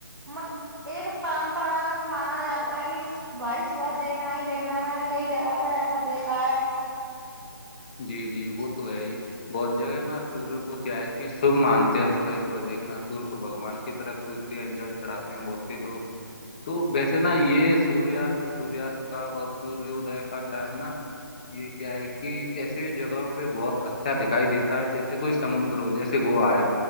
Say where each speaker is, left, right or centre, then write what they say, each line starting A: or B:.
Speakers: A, on the right; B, on the left.
A: مطل ایک پرمپراگت مانا جاتا ہے کہ بائی سوا دیکھنا ہی دیکھنا ہے میں نے کئی جگہ پر ایسا دیکھا ہے
B: جی جی وہ تو ہے ہی بہت جگہ نا سوریہ کو کیا ہے کہ سب مانتے ہیں صبح ہی صبح دیکھنا سور کو بگوان کی طرحچھ انجل چڑھاتے ہیں بہت سے لوگ تو ویسے نا یہ سور سوریاست کا اور سورد کا ٹائم نا یہ کیا ہے کہ ایسے جگہوں پہ بہت اچھا دکھائی دیتا ہے جیسے کوئی سمندر ہو جیسے گوا ہے